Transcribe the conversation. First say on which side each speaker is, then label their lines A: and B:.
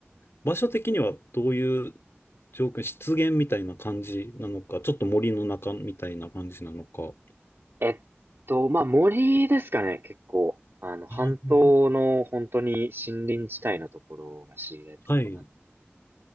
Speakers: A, on the left; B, on the right.
A: 場所的にはどういう状況、湿原みたいな感じなのか、ちょっと森の中みたいな感じなのか。
B: えっと、まあ、森ですかね、結構。あの、半島の本当に森林地帯のところが知床なの
A: ああ、はい。